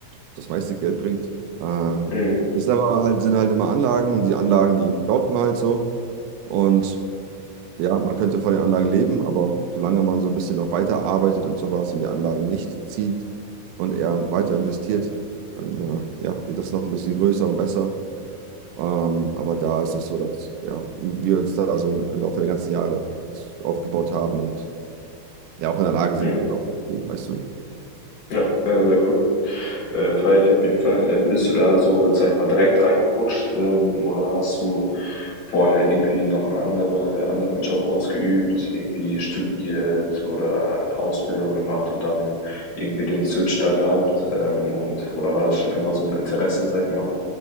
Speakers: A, on the right (about 80°); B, on the left (about 45°).
A: das meiste Geld bringt. Ähm,
B: Mhm.
A: ist aber halt, sind halt immer Anlagen und die Anlagen, die laufen halt so. Und Ja, man könnte von den Anlagen leben, aber solange man so ein bisschen noch weiter arbeitet und sowas und die Anlagen nicht zieht und eher weiter investiert, dann äh, ja, wird das noch ein bisschen größer und besser. Ähm, aber da ist das so, dass ja, wir uns da also im Laufe der ganzen Jahre das aufgebaut haben und ja auch in der Lage sind,
B: Mhm.
A: halt auch gut zu leben, weißt du?
B: Ja, ja, sehr cool. Äh, feiere ich auf jeden Fall. Ähm, bist du da so, sag ich mal, direkt reingerutscht, ähm, oder hast du vorher irgendwie noch einen andere, anderen Job ausgeübt, irgendwie studiert oder Ausbildung gemacht und dann irgendwie den Switch da gehabt? Ähm, und, oder war das schon immer so ein Interesse, sag ich mal,